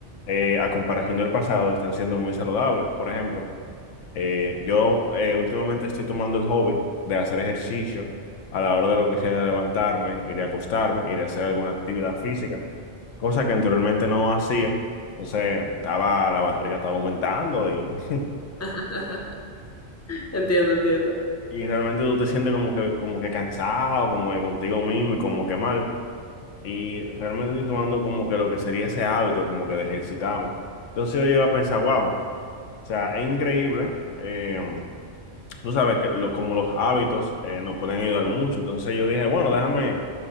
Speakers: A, on the left; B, on the left.
A: eh, a comparación del pasado, están siendo muy saludables. Por ejemplo, Eh, yo eh, últimamente estoy tomando el hobby de hacer ejercicio a la hora de lo que sea de levantarme, ir a acostarme, ir a hacer alguna actividad física, cosa que anteriormente no hacía. Entonces, estaba, la barriga estaba aumentando y, <laughs>
B: <laughs> Entiendo, entiendo.
A: y realmente tú te sientes como que, como que cansado, como que contigo mismo y como que mal. Y realmente estoy tomando como que lo que sería ese hábito, como que de ejercitarme. Entonces yo llego a pensar, wow, o sea, es increíble. eh, tú sabes que lo- como los hábitos eh, nos pueden ayudar mucho. Entonces yo dije, bueno, déjame